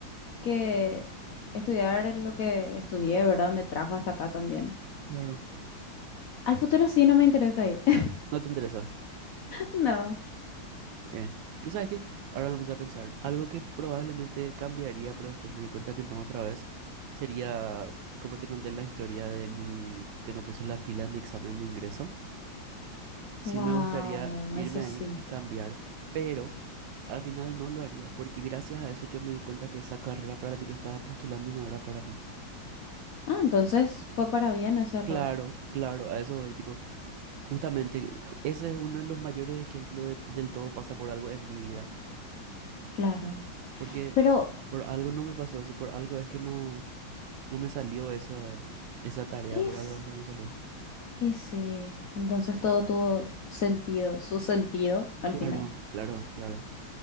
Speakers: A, on the left; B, on the right.
A: que estudiar lo que estudié, ¿verdad? Me trajo hasta acá también.
B: claro.
A: Al futuro sí no me interesa ir. <laughs>
B: No te interesa.
A: No.
B: Eh. Tú sabes que ahora me puse a pensar, algo que probablemente cambiaría, pero después me di cuenta que no otra vez, sería, como te conté la historia de mi, que no puse la fila en mi examen de ingreso. Sí
A: Wow,
B: me gustaría irme
A: eso
B: ahí
A: sí.
B: y cambiar, pero al final no lo haría, porque gracias a eso yo me di cuenta que esa carrera para la que yo estaba postulando no era para mí.
A: Ah, entonces fue para bien ese error.
B: Claro, claro, a eso voy, tipo, justamente ju- ese es uno de los mayores ejemplos de- del todo pasa por algo en mi vida,
A: Claro.
B: porque
A: Pero
B: por algo no me pasó eso, por algo es que no, no me salió esa, esa tarea,
A: es,
B: por algo es que no me salió.
A: y sí, entonces todo tuvo sentido, su sentido Al
B: Claro,
A: final.
B: claro, claro.